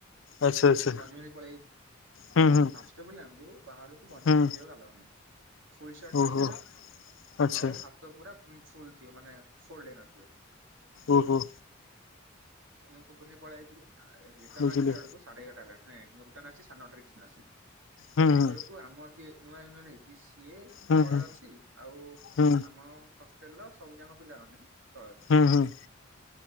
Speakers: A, on the left (about 70°); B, on the right (about 70°).
A: ଆଚ୍ଛା ଆଚ୍ଛା
B: ଗଞ୍ଜି ପିନ୍ଧିକି ପଳେଆଇଚି।
A: ହୁଁ ହୁଁ
B: ଫାଷ୍ଟ ଞ୍ଚ ପିଲାଙ୍କୁ ବାହାରକୁ ଗଞ୍ଜି
A: ହୁଁ
B: ପିନ୍ଧିକି ଯିବାକୁ ଆଲାଉ ନାହିଁ। ଫୁଲ ସାର୍ଟ
A: ଓହୋ
B: ପିନ୍ଧିବ
A: ଆଚ୍ଛା
B: ଆଉ ହା ତ ପୁରା ଫୁଲ ଥିବ ମାନେ ଫୋଲଡ ହେଇନଥିବ।
A: ଓହୋ।
B: ମୁଁ ପିନ୍ଧିକି ପଳେଇଆଇଚି ରିଟର୍ନ
A: ବୁଝିଲି
B: ଆସିଲା ବେଳକୁ ସାଢେ ଏାଗରଟା ହେଲା ନା ନାଇ ମୁ ରିଟର୍ନ ଆସିଚି ସାଢେ଼ ନଅଟାରେ ରିଟର୍ନ ଆସିଚି।
A: ହୁଁ
B: ସେତେବେଳେକୁ
A: ହୁଁ
B: ଆମର ଯିଏ ନୂଆ ୟୁନିୟନ ହେଇଚି ସିଏ
A: ହୁଁ
B: ତଳେ ଅଛି ଆଉ
A: ହୁଁ
B: ଆମ ହଷ୍ଟେଲର ସବୁ ଯାକ ପିଲା ମାନେ ତଳେ ଅଛ
A: ଉହୁଁ।